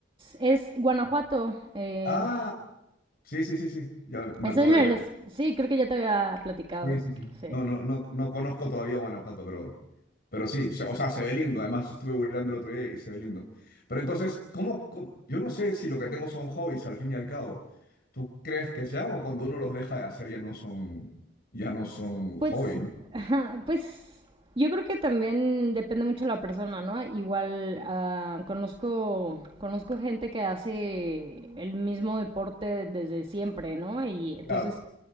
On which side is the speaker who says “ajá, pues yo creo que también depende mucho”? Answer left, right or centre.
Right